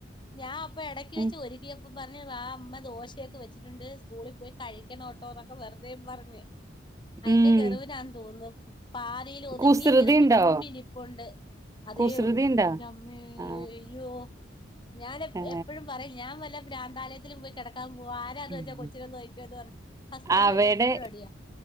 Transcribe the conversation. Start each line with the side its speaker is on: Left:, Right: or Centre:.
Left: ഞാൻ അപ്പ ഇടക്ക്
Right: ഉം,
Left: വെച്ച് ഒരുക്കിയ അപ്പൊ പറഞ്ഞ വ അമ്മ ദോശയൊക്കെ വെച്ചിട്ടുണ്ട് സ്കൂളിൽ പോയി കഴിക്കണോട്ടോന്നൊക്കെ വെറുതേയും പറഞ്ഞു അയിന്റെ
Right: ഉം.
Left: കിറിവ് ഞാൻ തോന്നുന്നു പാലൽ ഒതുങ്ങി
Right: കുസൃതി
Left: ഇങ്ങനെ വിമ്പിരിപ്പണ്ട്
Right: ഉണ്ടോ
Left: അതേ
Right: കുസൃതി
Left: ഉള്ളൂ
Right: ഉണ്ടോ
Left: എന്റെ അമ്മേ
Right: ആ,
Left: അയ്യോ ഞാൻ
Right: ഏ.
Left: എപ്പഴും പറയും ഞാൻ വല്ല ഭ്രാന്താലയത്തിലും പോയി കിടക്കൻ ഓ ആരാന്ന്
Right: ഉം.
Left: വെച്ചാ കൊച്ചിനന്നോയി ക്കൊ എന്ന് പറ ഹസ്ബൻഡ
Right: അവയുടെ
Left: ആയിട്ട് എപ്പോഴും അടിയാ